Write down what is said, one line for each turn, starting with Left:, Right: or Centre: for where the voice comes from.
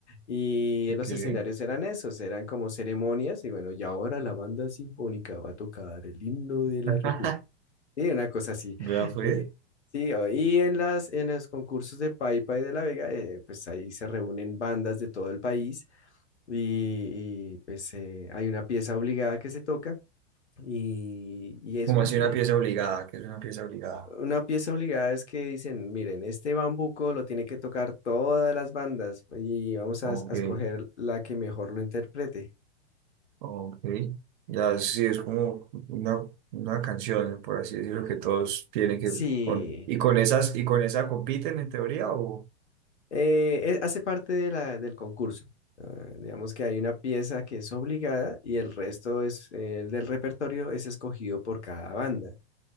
Left: Y los
Right: que
Left: escenarios eran esos, eran como ceremonias. Y bueno, y ahora la banda sinfónica va a tocar el himno de la
Right: <laughs>
Left: República. Y una cosa así.
Right: Vea, fue
Left: Eh, Sí, o- y en las, en los concursos de Paipa y de La Vega, eh, pues ahí se reúnen bandas de todo el país y, y, pues eh, hay una pieza obligada que se toca y, y es
Right: como
Left: una
Right: así
Left: experiencia.
Right: una pieza obligada, que es una pieza obligada.
Left: Una pieza obligada es que dicen, miren, este bambuco lo tiene que tocar todas las bandas y vamos
Right: Ok,
Left: a, es- a escoger la que mejor lo interprete.
Right: ok. Ya sí, es como una, una canción, por así decirlo, que todos tienen que
Left: Sí,
Right: con y con esas y con esa compiten en teoría o
Left: eh, eh, hace parte de la, del concurso. Ah, digamos que hay una pieza que es obligada y el resto es, eh, del repertorio es escogido por cada banda.